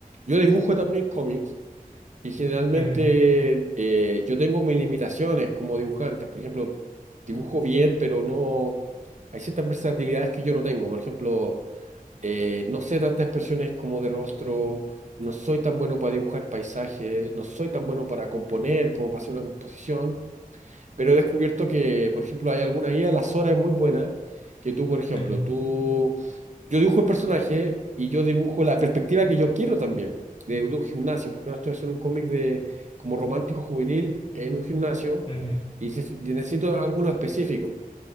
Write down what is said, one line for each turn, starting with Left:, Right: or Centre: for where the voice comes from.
Right: yo dibujo también cómics. Y generalmente
Left: ujú,
Right: eh, yo tengo mis limitaciones como dibujante. Por ejemplo, dibujo bien, pero no... Hay ciertas versatilidades que yo no tengo. Por ejemplo, eh, no sé tantas expresiones como de rostro, no soy tan bueno para dibujar paisajes, no soy tan bueno para componer como para hacer una composición. Pero he descubierto que, por ejemplo, hay alguna IA, la Sora es muy buena, que tú, por ejemplo,
Left: ujú,
Right: tú, yo dibujo el personaje y yo dibujo la perspectiva que yo quiero también, de, de un gimnasio, porque ahora estoy haciendo un cómic de como romántico juvenil en un gimnasio
Left: ujú,
Right: y, se- y necesito ángulos específicos.